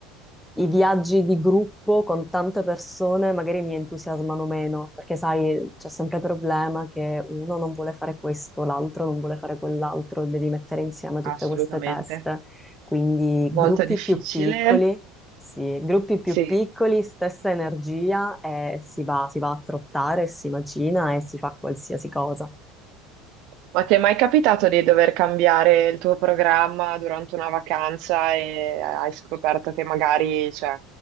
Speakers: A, in the centre; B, on the right.
A: i viaggi di gruppo con tante persone magari mi entusiasmano meno, perché sai, c'è sempre il problema che uno non vuole fare questo, l'altro non vuole fare quell'altro, devi mettere insieme tutte
B: assolutamente,
A: queste teste. Quindi
B: molto
A: gruppi
B: difficile,
A: più piccoli, sì, gruppi più
B: sì.
A: piccoli, stessa energia e si va, si va a trottare, si macina e si fa qualsiasi cosa.
B: Ma ti è mai capitato di dover cambiare il tuo programma durante una vacanza e hai scoperto che magari, cioè,